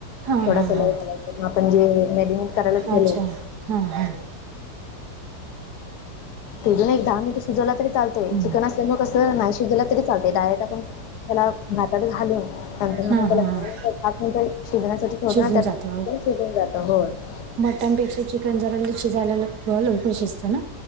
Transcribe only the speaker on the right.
हां
हां
हां
अच्छा हां हां
हम्म
हा हा
शिजून
जात
त्यां पेक्षा चिकन जरां शिजायलां ज्यां लवकरं शिजतो नां